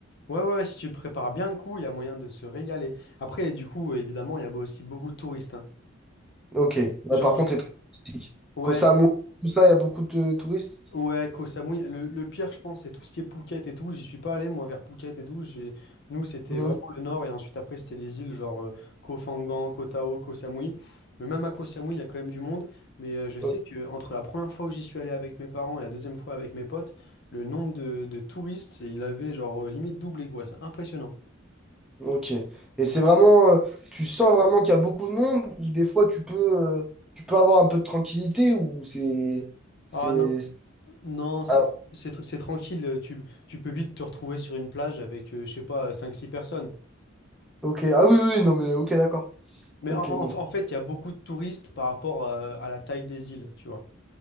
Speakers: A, on the left (about 55°); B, in the centre.
A: Ouais, ouais, ouais, si tu prépares bien le coup, il y a moyen de se régaler. Après, du coup, évidemment, il y a aussi beaucoup de touristes, hein.
B: Ok. Ouais,
A: Genre,
B: par
A: je...
B: contre, c'est très touristique.
A: ouais,
B: Koh Samui, tout ça, il y a beaucoup de touristes.
A: ouais, Koh Samui. Le, le pire, je pense, c'est tout ce qui est Phuket et tout. J'y suis pas allé, moi, vers Phuket et tout. J'ai... Nous, c'était
B: Mhm.
A: vraiment le nord, et ensuite, après, c'était les îles, genre euh, Koh Phangan, Koh Tao, Koh Samui. Mais même à Koh Samui, il y a quand même du monde. Mais euh, je sais
B: Mhm.
A: que entre la première fois où j'y suis allé avec mes parents et la deuxième fois avec mes potes, le nombre de, de touristes, il avait genre euh, limite doublé, quoi. C'est impressionnant.
B: Ok. Et c'est vraiment, euh, tu sens vraiment qu'il y a beaucoup de monde, ou des fois tu peux, euh, tu peux avoir un peu de tranquillité, ou c'est, c'est,
A: Ah non,
B: c'est-
A: non, c'est
B: ah,
A: c'est tr- c'est tranquille. Tu, tu peux vite te retrouver sur une plage avec, euh, je sais pas, cinq six personnes.
B: ok. Ah oui, oui, oui, non mais ok, d'accord.
A: Mais
B: Ok,
A: en, en-
B: bon.
A: en fait, il y a beaucoup de touristes par rapport euh, à, la taille des îles, tu vois.